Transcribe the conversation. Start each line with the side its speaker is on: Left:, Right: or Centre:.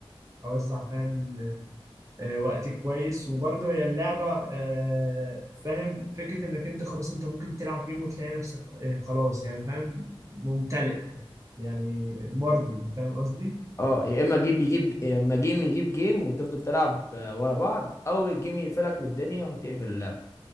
Right: اوزع فاهم آه، وقتي كويس وبرضه هي اللعبه آه، فاهم فكره انك انت خلاص انت ممكن تلعب جيم وتلاقي نفسك آه، خلاص يعني فاهم ممتلئ يعني مرضي فاهم قصدي
Left: اه يا اما جيب يجيب يا اما جيم يجيب جيم وتفضل تلعب آه، ورا بعض او الجيم يقفلك من الدنيا وتقفل اللعب